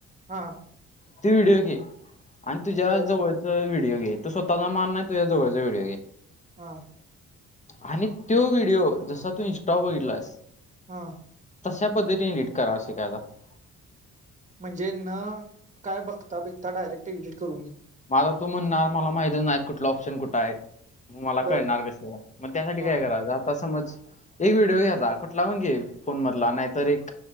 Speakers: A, on the right (about 25°); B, on the left (about 25°).
A: हां.
B: ती व्हिडिओ घे, आन तुझ्या
A: बर
B: जवळ तो व्हिडिओ घे, तो स्वतचा मान नाही, तूझ्या जवळचा व्हिडीओ घे.
A: हा.
B: आणि तो व्हिडिओ, जसा तू इंस्टाव बघितलास.
A: हं.
B: तशा पद्धतीने निट करा, अश काय <unintelligible>
A: म्हणजे न काय बघता-बीघता, डायरेक्ट एडिट करू मी
B: माला तू म्हणणार, माला माहितीचं नाही, कुठलं ऑप्शन कुठं हाय. मग मला
A: बर
B: कळणार कसं, म त्यासाठी
A: हा
B: काय करायचं, आता समज एक व्हिडिओ घ्यायचा, कुठला पण घे, फोन मधला, नाहीतर एक